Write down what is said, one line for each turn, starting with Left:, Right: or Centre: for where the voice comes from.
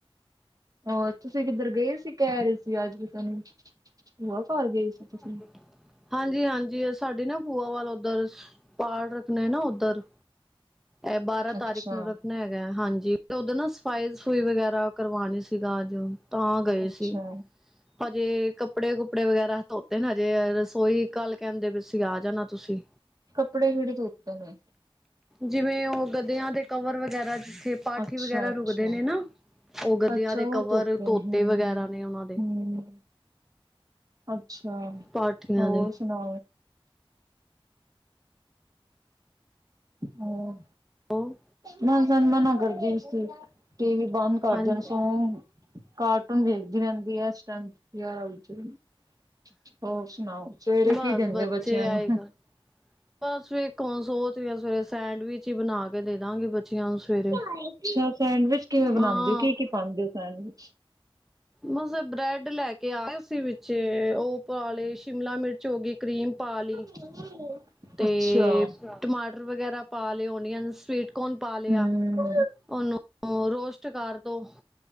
Right: ਹੋਰ ਤੁਸੀਂ ਕਿੱਧਰ ਗਏ ਸੀ। ਕਹਿ ਰਹੇ ਸੀ ਅੱਜ ਵੀ ਤਾਂ ਨਹੀਂ ਭੂਆ ਕਰ ਗਏ।
Centre: <unintelligible>
Right: ਤੁਸੀਂ
Centre: ਹਾਂਜੀ ਹਾਂਜੀ ਸਾਡੀ ਨਾ ਭੂਆ ਵੱਲ ਉੱਧਰ ਪਾਠ ਰੱਖਣੇ ਨਾ ਉੱਧਰ ਇਹ ਬਾਰਾਂ
Right: ਅੱਛਾ
Centre: ਤਾਰੀਕ ਨੂੰ ਰੱਖਣਾ ਹੈਗਾ ਹੈ ਹਾਂਜੀ ਤੇ ਓਦੋਂ ਨਾ ਸਫ਼ਾਈ ਸਫਈ ਵਗੈਰਾ ਕਰਵਾਉਣੀ ਸੀਗਾ ਅੱਜ ਤਾਂ ਗਏ
Right: ਅੱਛਾ
Centre: ਸੀ। ਹਜੇ ਕੱਪੜੇ ਕੁਪੜੇ ਵਗੈਰਾ ਧੋਤੇ ਨਾ ਹਜੇ ਰਸੋਈ ਕੱਲ ਕਹਿੰਦੇ ਵੀ ਅਸੀਂ ਆ ਜਾਣਾ ਤੁਸੀਂ
Right: ਕੱਪੜੇ ਕਿਹੜੇ ਧੋਤੇ ਅਰ
Centre: ਜਿਵੇਂ ਉਹ ਗਦਿਆਂ ਦੇ ਕਵਰ ਵਗੈਰਾ ਜਿੱਥੇ ਪਾਠੀ
Right: ਅੱਛਾ
Centre: ਵਗੈਰਾ
Right: ਅੱਛਾ
Centre: ਰੁਕਦੇ ਦੇ ਨਾ ਉਹ ਗਦਿਆਂ
Right: ਅੱਛਾ
Centre: ਦੇ
Right: ਉਹ
Centre: ਕਵਰ
Right: ਧੋਤੇ
Centre: ਤੋਤੇ
Right: ਨੇ ਹੂੰ
Centre: ਵਗੈਰਾ ਨੇ ਉਹਨਾਂ ਦੇ
Right: ਹੂੰ ਅੱਛਾ
Centre: ਪਾਠੀਆਂ
Right: ਹੋਰ
Centre: ਦੇ।
Right: ਸੁਣਾ ਹੋਰ
Centre: ਉਹ
Right: ਮੈਂ ਤੇ ਮਨਾ ਕਰਦੀ ਸੀ ਟੀ ਵੀ ਬੰਦ ਕਰ
Centre: ਹਾਂਜੀ
Right: ਦੇਣ ਸੋ ਕਾਰਟੂਨ ਵੇਖਦੀ ਰਹਿੰਦੀ ਹੈ ਇਸ ਟਾਈਮ ਯਾਰ <unintelligible> ਹੋਰ ਸੁਣਾਓ ਸਵੇਰੇ ਕੀ
Centre: ਬਸ
Right: ਦਿੰਦੇ
Centre: ਬੱਚੇ
Right: ਆ ਬੱਚਿਆਂ
Centre: ਆਏਗਾ।
Right: ਨੂੰ
Centre: ਬਸ ਵਣ ਸੋਚਰੀਆਂ ਸਵੇਰੇ ਸੈਂਡਵਿਚ ਹੀ ਬਣਾ ਕੇ ਦੇ ਦਾਂਗੇ ਬੱਚੀਆਂ ਨੂੰ ਸਵੇਰੇ।
Right: ਅੱਛਾ ਸੈਂਡਵਿਚ ਕਿਵੇਂ ਬਣਾਉਂਦੇ
Centre: ਹਾਂ
Right: ਹੋ ਕੀ ਕੀ ਪਾਉਂਦੇ ਹੋ ਸੈਂਡਵਿਚ
Centre: ਮਸ ਬ੍ਰੈਡ ਲੈ ਕੇ ਆ ਵਿੱਚ ਪਿੱਛੇ ਉਹ ਪਾ ਲਈ ਸ਼ਿਮਲਾ ਮਿਰਚ ਹੋ ਗਈ ਕਰੀਮ ਪਾ ਲਈ
Right: <unintelligible>
Centre: ਤੇ
Right: ਅੱਛਾ
Centre: ਟਮਾਟਰ ਵਗੈਰਾ ਪਾ ਲਿਆ ਓਨੀਅਨ ਸਵੀਟਕਨ ਪਾ ਲਿਆ
Right: ਹਮ
Centre: ਉਹਨੂੰ ਰੋਸਟ ਕਰਦੋ